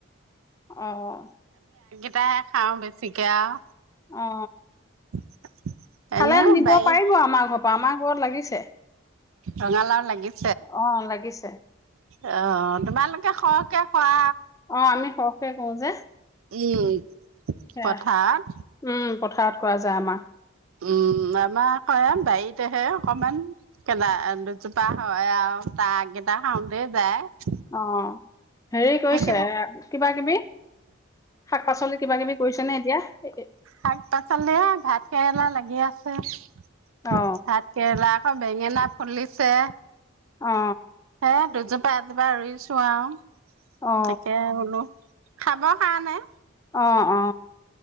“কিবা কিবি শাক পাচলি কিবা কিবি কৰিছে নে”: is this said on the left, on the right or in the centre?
Left